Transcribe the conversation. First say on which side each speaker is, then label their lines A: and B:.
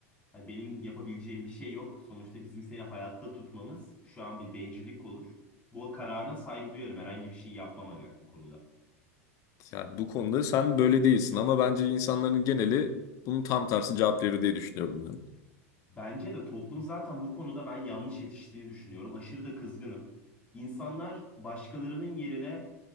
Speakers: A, on the left (about 15°); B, on the left (about 45°).
A: hani benim yapabileceğim bir şey yok. Sonuçta bizim seni hayatta tutmamız şu an bir bencillik olur. Bu kararına saygı duyarım. Herhangi bir şey yapmam aga bu konuda.
B: Yani bu konuda sen böyle değilsin ama bence insanların geneli bunun tam tersi cevap verir diye düşünüyorum ben.
A: Bence de toplum zaten bu konuda ben yanlış yetiştiğini düşünüyorum. Aşırı da kızgınım. İnsanlar başkalarının yerine